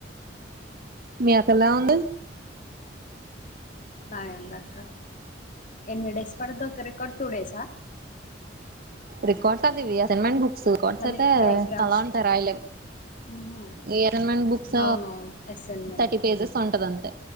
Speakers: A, on the right (about 55°); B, on the left (about 45°).
A: మీ అక్క ఎలా ఉంది
B: బానే ఉందక్కా ఎన్ని డేస్ పడుదక్కా రికార్డ్ ట్టుడేసా
A: రికార్డ్స్ సదివి అసైన్మెంట్ బుక్ ర్డుసూ
B: మళ్ళీ
A: అయితే
B: డయాగ్రామ్స్
A: చాలా ఉంటాయి రాయలేము.
B: ఉహు
A: ఈ అసైన్‌మెంట్ బుక్స్
B: అవునవును అసైన్మెంట్
A: థర్టీ పేజెస్ ఉంటది అంతే